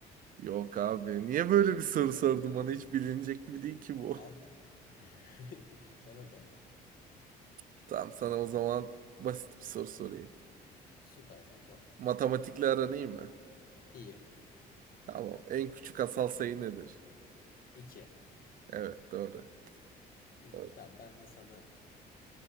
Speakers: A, on the right; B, on the left.
A: Yok abi niye böyle bir soru sordun bana hiç bilinecek gibi değil ki bu.
B: Abi. <laughs> Sor bakalım.
A: <laughs> Tamam sana o zaman basit bir soru sorayım.
B: Süpersin sor.
A: Matematikle aran iyi mi?
B: İyi.
A: Tamam en küçük asal sayı nedir?
B: İki.
A: Evet doğru.
B: Güzel
A: Doğru.
B: tamam ben de sana